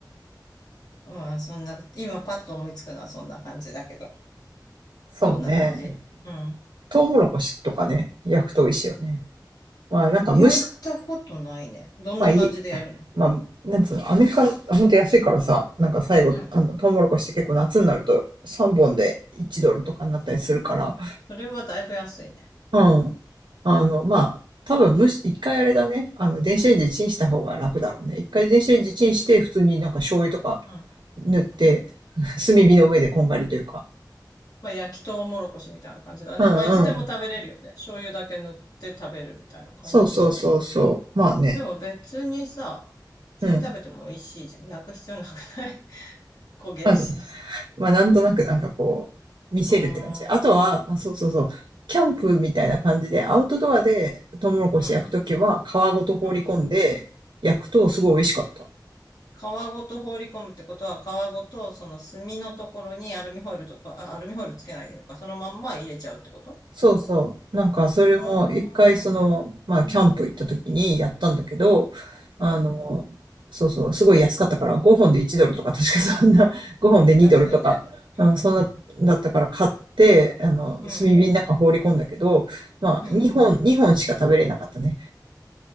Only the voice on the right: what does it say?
そうね。
トウモロコシとかね、焼くと美味しいよね。まあなんか蒸し、
まあいい、まあ、なんつうの、アメリカ、ほんと安いからさ、なんか最後、
あの、トウモロコシって結構夏になると3本で1ドルとかになったりするから、
うん。あの、まあ、多分むし、一回あれだね。あの、電子レンジでチンした方が楽だろうね。一回電子レンジチンして、普通になんか醤油とか
塗って、<laughs> 炭火の上でこんがりというか。
うんうん。
そうそうそうそう。まあね。
うん。
まあ、まあ、なんとなくなんかこう、見せるって感じ。
あとは、
あそうそうそう。キャンプみたいな感じで、アウトドアでトウモロコシ焼くときは皮ごと放り込んで焼くとすごい美味しかった。
そうそう。なんか、それも一回その、
まあ、キャンプ行った時にやったんだけど、
あの、そうそう、すごい安かったから、5本で1ドルとか、確かそんな、5本で2ドルとか、
うん、
そんな、だったから買って、あの、
炭火の中放り込んだけど、まあ、
2本、2本しか食べれなかったね。